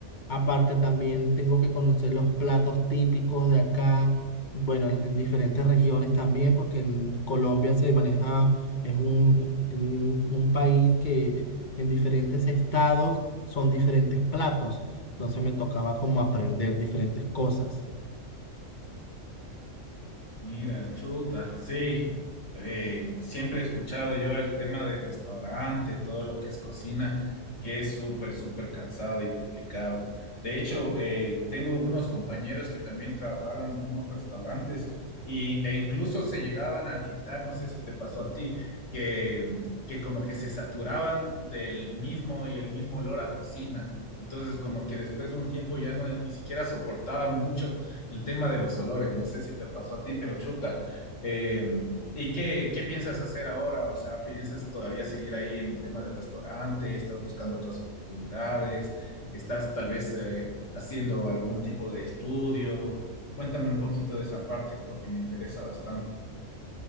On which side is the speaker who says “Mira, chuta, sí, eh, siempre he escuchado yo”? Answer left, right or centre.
Left